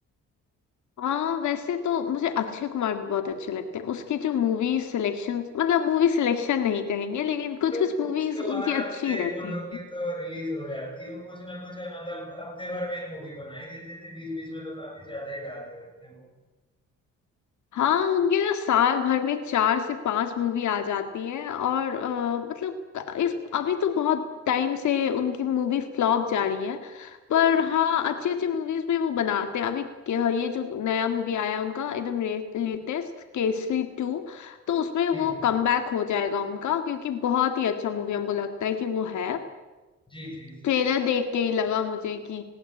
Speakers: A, on the left; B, on the left.
A: हाँ वैसे तो मुझे अक्षय कुमार भी बहुत अच्छे लगते हैं उसकी जो मूवी सिलेक्शन मतलब मूवी सिलेक्शन नहीं कहेंगे लेकिन कुछ
B: तो
A: कुछ
B: मूवीज
A: मूवीज
B: तो
A: उनकी
B: हर
A: अच्छी
B: हफ्ते
A: रहती
B: बोलो कि
A: है
B: तो रिलीज हो जाती है वो कुछ ना कुछ है, मतलब हफ्ते भर में एक मूवी बना ही देते थे बीच बीच में तो काफी ज्यादा ही डालते रहते हैं वो
A: हाँ उनके तो साल भर में चार से पांच मूवी आ जाती है और अ, मतलब इस अभी तो बहुत टाइम से उनकी मूवी फ्लॉप जा रही है पर हाँ अच्छे अच्छे मूवीज भी वो बनाते हैं अभी क- ये जो नया मूवी आया है उनका एकदम लेटेस्ट केसरी टू तो उसमें वो
B: जी
A: कमबैक हो जाएगा उनका क्योंकि बहुत ही अच्छा मूवी हमको लगता है कि वो है
B: जी जी जी
A: ट्रेलर देख के ही लगा मुझे कि